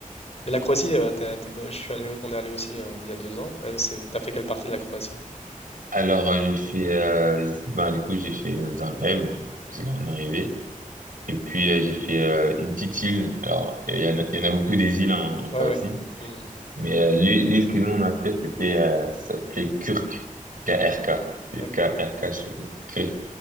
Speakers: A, on the left; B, on the right.
A: la Croatie, euh, t'as- t'as- bah, je suis allé, au- on est allé aussi euh, il y a deux ans. Euh, c'est, t'as fait quelle partie de la Croatie?
B: Alors euh, j'ai fait, euh, j'ai fait- bah, du coup j'ai fait euh, Zagreb, parce que là on est arrivé. Et puis euh, j'ai fait euh, une petite île. Alors il y en a, il y en a beaucoup des îles en en Croatie.
A: Ouais, ouais. Hmm,
B: Mais euh, l'île l'île que nous on a fait, c'était euh, ça s'appelait Kurk, K-R-K, C'est
A: d'accord.
B: K-R-K sur Kurk,